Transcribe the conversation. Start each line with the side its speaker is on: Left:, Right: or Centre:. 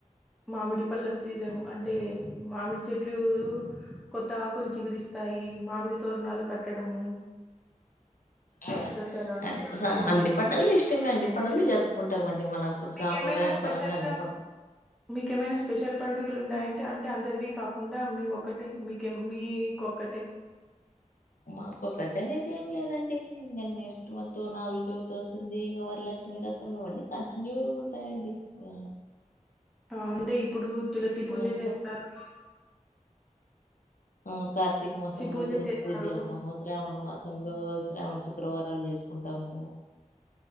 Centre: మామిడి పళ్ళ సీజన్ అంటే మామిడి చెట్లు కొత్త ఆకులు చిగురిస్తాయి. ఈ మామిడి తోరనాలు కట్టడము.
Left: ఇగ
Centre: దసరా
Left: అదే
Centre: ఉగాది అంటూ
Left: అన్ని పండుగలు ఇష్టమే అండి. పండుగలు జరుపుకుంటామండి మన
Centre: మీకేమైనా
Left: సాంప్రదాయ
Centre: స్పెషల్
Left: పరంగా అన్ని
Centre: గా
Left: పం
Centre: మీకేమైనా స్పెషల్ పండుగలు ఉన్నాయంటే అంటే అందరివి కాకుండా మీవి ఒక్కటే మీకు మీకొక్కటే
Left: మాకు ఒకటి అనేది ఏం లేదండి ఇంగా నెక్స్ట్ మంతు నాగుల చవితి వస్తుంది ఇంగ వరల లక్ష్మీ రతం ఇవ్వన్ని కంటిన్యూగ ఉంటాయండి ఆ
Centre: అంటే ఇప్పుడు తులసి పూజ
Left: అంతా
Centre: చేస్తారును
Left: పూ- ఆ కార్తిక మాసంలో
Centre: పూజ
Left: తులసిపూజ
Centre: చేస్తారు
Left: చేస్తాము శ్రావణ మాసం లో శ్రావణ సు శుక్రవారాలు చేసుకుంటాము.